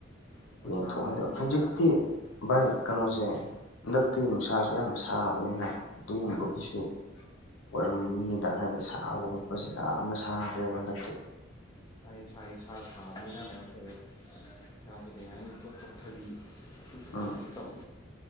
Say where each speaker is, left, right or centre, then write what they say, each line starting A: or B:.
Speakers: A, on the left (about 20°); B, on the left (about 75°).
A: ꯂꯨꯄꯥ
B: ꯌꯦꯡꯊꯣꯛꯑꯗꯣ
A: ꯆꯥꯝꯃꯅ ꯍꯤꯡꯕ
B: ꯍꯧꯖꯤꯛꯇꯤ
A: ꯌꯥꯕ
B: ꯚꯥꯏ
A: ꯑꯥ
B: ꯀꯩꯅꯣꯁꯦ ꯍꯟꯗꯛꯇꯤ ꯅꯨꯡꯁꯥꯁꯨ ꯌꯥꯝ ꯁꯥꯕ ꯅ ꯑꯗꯨꯒꯨꯝꯕꯒꯤꯁꯨ ꯑꯣꯏꯔꯝ ꯗ ꯍꯥꯏꯗꯤ ꯁꯥꯕ ꯈꯣꯠꯄꯁꯤ ꯌꯥꯝꯅ ꯁꯥꯈ꯭ꯔꯦꯕ ꯍꯟꯗꯛꯇꯤ
A: ꯏꯁ ꯏꯁ ꯏꯁ ꯁꯥꯕꯅꯤꯅ ꯀꯩꯅꯣ ꯇꯧꯋꯦ ꯏꯁꯥꯁꯦ ꯀꯩ ꯍꯥꯏꯅꯤ ꯀꯣꯛ ꯇꯣꯛꯊꯕꯤ ꯌꯨꯇꯨꯞ
B: ꯎꯝ
A: ꯊ ꯇ